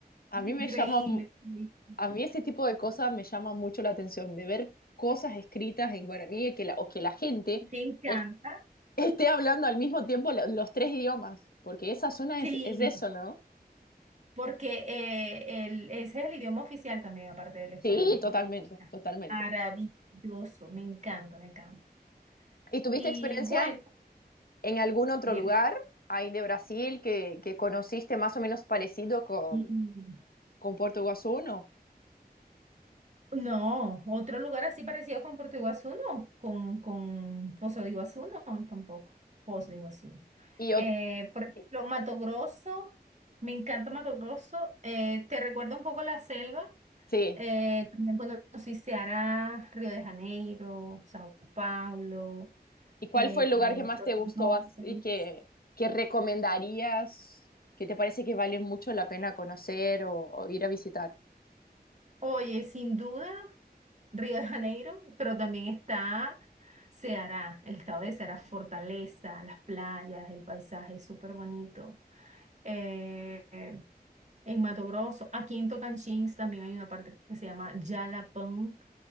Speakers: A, on the left; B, on the right.
A: A
B: Increíble.
A: mí me llama
B: increíble.
A: a mí este tipo de cosas me llama mucho la atención, de ver cosas escritas en guaraní que la, o que la gente
B: Me encanta.
A: es- esté hablando al mismo tiempo lo- los tres idiomas, porque esa zona
B: Sí,
A: es, es eso, ¿no?
B: porque eh, el, ese es el idioma oficial también, aparte del español,
A: Sí, totalmente,
B: ¿no? O sea,
A: totalmente.
B: maravilloso, me encanta, me encanta.
A: ¿Y tuviste
B: Y
A: experiencia
B: bueno,
A: en algún otro
B: dime.
A: lugar ahí de Brasil que, que conociste más o menos parecido con,
B: Mm,
A: con Puerto Iguazú, no?
B: No, otro lugar así parecido con Puerto Iguazú, no, con, con Foz de Iguazú, no, tampoco. Foz de Iguazú.
A: Y yo,
B: Eh, por ejemplo,
A: sí,
B: Mato Grosso, me encanta Mato Grosso. eh, te recuerda un poco la selva.
A: sí.
B: Eh, también conocí Ceará, Río de Janeiro, Sao Paulo,
A: ¿Y cuál
B: eh,
A: fue el lugar que más
B: Florianópolis.
A: te gustó as- y que, que recomendarías, que te parece que vale mucho la pena conocer o, o ir a visitar?
B: Oye, sin duda, Río de Janeiro, pero también está Ceará, el estado de Ceará, Fortaleza, las playas, el paisaje es súper bonito. Eh, en Mato Grosso, aquí en Tocantins también hay una parte que se llama Jalapão,